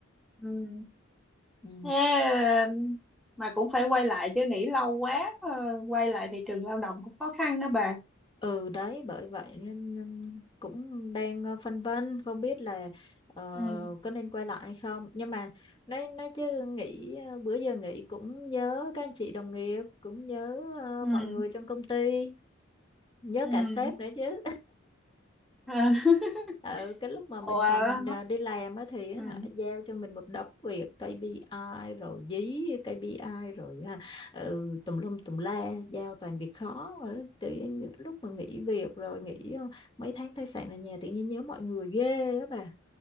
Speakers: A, in the centre; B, on the left.
A: ừ.
B: Ừ.
A: Thế, ờ, mà cũng phải quay lại chứ nghỉ lâu quá ờ, quay lại thị trường lao động cũng khó khăn đó bà
B: Ừ đấy, bởi vậy nên nên cũng đang ờ, phân vân không biết là ờ,
A: Ừ.
B: có nên quay lại hay không. Nhưng mà nói nói chứ nghĩ ờ, bữa giờ nghĩ cũng nhớ các anh chị đồng nghiệp, cũng nhớ ờ,
A: ừ
B: mọi người trong công ty, nhớ
A: ừ
B: cả sếp nữa chứ.
A: à. <laughs>
B: ừ, cái lúc mà mình
A: Ủa,
B: còn à, đi làm á thì á
A: ừ.
B: hả, giao cho mình một đống việc KPI rồi dí KPI rồi à, ừ, tùm lum tùm la giao toàn việc khó Rồi tự nhiên những lúc mà nghỉ việc rồi nghỉ ờ, mấy tháng thai sản ở nhà tự nhiên nhớ mọi người ghê á bà